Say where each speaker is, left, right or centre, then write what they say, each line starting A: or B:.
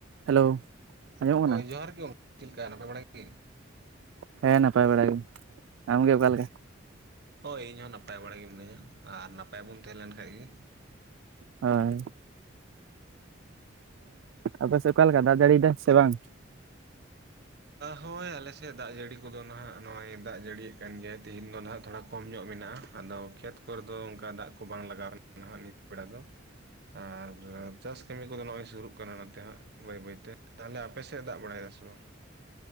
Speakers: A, on the right; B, on the right.
A: Hello ᱟᱸᱡᱚᱢᱚᱜ ᱠᱟᱱᱟ
B: ᱦᱳᱭ ᱡᱚᱦᱟᱸᱨ ᱜᱤ, ᱪᱮᱫ ᱞᱮᱠᱟ ᱱᱟᱯᱟᱭ ᱵᱟᱲᱟ ᱜᱤ?
A: ᱦᱮᱸ ᱱᱟᱯᱟᱭ ᱵᱟᱲᱟ ᱜᱮ ᱟᱢᱜᱮ ᱚᱠᱟ ᱞᱮᱠᱟ?
B: ᱦᱳᱭ ᱤᱧ ᱦᱚᱸ ᱱᱟᱯᱟᱭ ᱵᱟᱲᱟ ᱜᱮ ᱢᱤᱱᱟᱹᱧᱟ ᱾ ᱟᱨ ᱱᱟᱯᱟᱭ ᱵᱚᱱ ᱛᱟᱦᱮᱸ ᱞᱮᱱ ᱠᱷᱟᱡ ᱜᱮ
A: ᱦᱳᱭ ᱟᱯᱮ ᱥᱮᱫ ᱚᱠᱟ ᱞᱮᱠᱟ ᱫᱟᱜ ᱡᱟᱹᱲᱤᱭᱮᱫᱟᱭ ᱥᱮ ᱵᱟᱝ?
B: ᱦᱳᱭ ᱟᱞᱮ ᱥᱮᱫ ᱫᱟᱜ ᱡᱟᱹᱲᱤ ᱠᱚ ᱫᱚ ᱱᱟᱦᱟᱜ ᱱᱚᱜᱼᱚᱭ ᱫᱟᱜ ᱡᱟᱹᱲᱤ ᱭᱮᱜ ᱠᱟᱱ ᱜᱮᱭᱟᱭ, ᱛᱤᱦᱤᱧ ᱫᱚ ᱱᱟᱦᱟᱜ ᱛᱷᱚᱲᱟ ᱠᱚᱢ ᱧᱚᱜ ᱢᱮᱱᱟᱜᱼᱟ ᱾ ᱟᱫᱚ ᱠᱷᱮᱛ ᱠᱚ ᱨᱮ ᱫᱚ ᱚᱱᱠᱟ ᱫᱟᱜ ᱠᱚ ᱵᱟᱝ ᱞᱟᱜᱟᱣ ᱠᱟᱱᱟ ᱱᱟᱦᱟᱜ ᱱᱤᱛ ᱵᱮᱲᱟ ᱫᱚ ᱾ ᱟᱨ ᱪᱟᱥ ᱠᱟᱹᱢᱤ ᱠᱚᱫᱚ ᱱᱚᱜᱚᱭ ᱥᱩᱨᱩᱜ ᱠᱟᱱᱟ ᱱᱚᱛᱮ ᱦᱟᱸᱜ, ᱵᱟᱹᱭ ᱵᱟᱹᱭ ᱛᱮ, ᱛᱟᱦᱚᱞᱮ ᱟᱯᱮᱥᱮᱫ ᱫᱟᱜ ᱵᱟᱲᱟᱭ ᱫᱟ ᱥᱮ ᱵᱟᱝ?